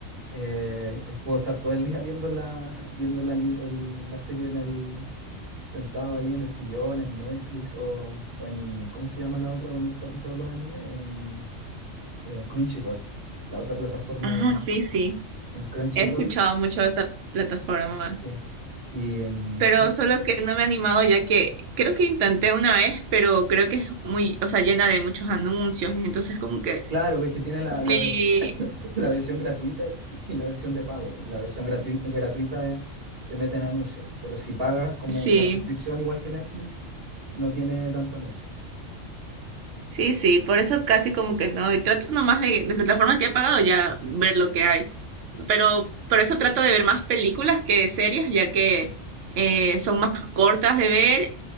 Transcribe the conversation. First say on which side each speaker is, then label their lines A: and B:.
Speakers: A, on the right; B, on the right.
A: Eh, es- puedo estar todo el día viendo la, <laughs> viendo el ani- el- la serie en el, sentado ahí en el sillón, en Netflix o, o en, ¿cómo se llama la otra donde están todos los animes? En, en Crunchyroll, la otra plataforma
B: ajá,
A: de,
B: sí, sí.
A: en Crunchyroll,
B: He escuchado mucho de esa plataforma,
A: sí. Y mm,
B: pero
A: pero
B: solo que no me he animado ya que creo que intenté una vez, pero creo que es muy, o sea, llena de muchos anuncios, entonces como que
A: claro, ves que tiene la, la,
B: sí,
A: vers- <laughs> <clears throat> la versión gratuita y, y la versión de pago. pues. La versión gratu- gratuita eh, te meten anuncios, pero si pagas como
B: sí.
A: la suscripción igual que Netflix, no tiene tanto anuncio.
B: Sí, sí, por eso casi como que no, y trato nomás de, de plataformas que he pagado ya ver lo que hay, pero por eso trato de ver más películas que series, ya que eh, son más cortas de ver